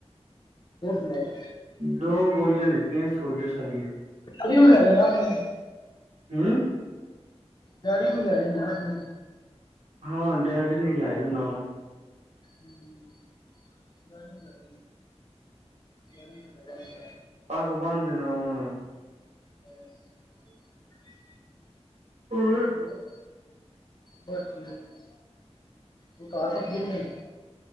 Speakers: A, on the left; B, on the right.
A: ਹੋਰ ਸੁਣਾਓ
B: ਦੋ ਗੋਲੀਆਂ ਦਿੱਤੀਆਂ ਸੋਜਸ਼ ਵਾਲੀਆਂ।
A: ਰੀ ਲੈ ਜਾਣਾ ਆਪਣੇ
B: ਹਮ
A: ਡੈਡੀ ਨੂੰ ਵੀ ਲੈ ਜਾ ਨਾ ਆਪਣੇ
B: ਹਾਂ, ਡੈਡੀ ਨੂੰ ਲੈ ਜਾਓ ਨਾਲ
A: ਹਮ, ਗਰਮੀ ਲ ਗਰਮੀ ਤੇ ਬਸ
B: ਪਗ ਬੰਨ ਦੀ ਨਾ ਉਹਨਾ ਦੀ
A: ਹਮ।
B: ਨੂੰ
A: ਹੋ ਬਸ ਠੀਕ, ਹੋਰ ਘਰ ਸਭ ਠੀਕ ਨੇ?